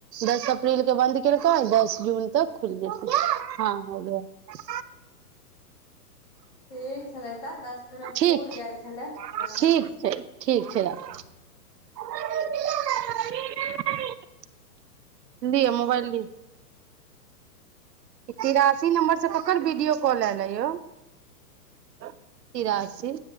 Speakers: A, on the right; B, on the left.
A: य तीन के बन्द केलकै दस जून तक खुलि जेतै हँ हो गया
B: ठीक छलै। तऽ दस मिनट
A: ठीक
B: पूरि गेल छलै रखै
A: ठीक
B: छलै।
A: छै ठीक छै राखू <inaudible> लिय मोबाइल लि ई तिरासी नम्बरसँ ककर वीडियो कॉल एलैये यौ तिरासी।